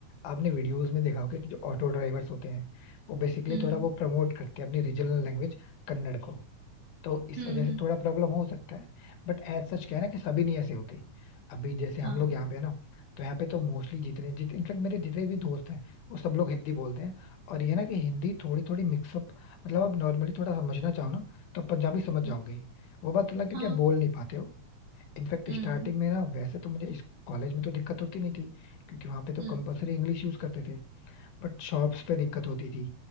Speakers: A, on the left (about 80°); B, on the right (about 60°).
A: आपने वीडियोस में देखा होगा कि जो ऑटो ड्राइवर्स होते हैं वो बेसिकली
B: हम्म
A: थोड़ा वो प्रमोट करते हैं अपनी रीजनल लैंग्वेज कन्नड़ को तो इस
B: हम्म
A: वजह
B: हम्म,
A: से थोड़ा प्रॉब्लम हो सकता है बट एज सच क्या है ना कि सभी नहीं ऐसे होते अभी जैसे हम
B: हाँ
A: लोग यहाँ पे है ना तो यहाँ पे तो मोस्टली जितने जितने इनफेक्ट मेरे जितने भी दोस्त हैं वो सब लोग हिंदी बोलते हैं और ये ना कि हिंदी थोड़ी थोड़ी मिक्सअप मतलब आप नॉर्मली थोड़ा समझना चाहो ना तो पंजाबी समझ
B: हम्म,
A: जाओगे वो बात अलग है
B: हाँ
A: कि आप बोल नहीं पाते हो इनफैक्ट
B: हम्म
A: स्टार्टिंग
B: हम्म
A: में ना वैसे तो मुझे इस कॉलेज में तो दिक्कत होती नहीं थी क्योंकि वहां पे तो
B: हम्म
A: कंपलसरी इंग्लिश यूज करते थे बट शॉप्स पे दिक्कत होती थी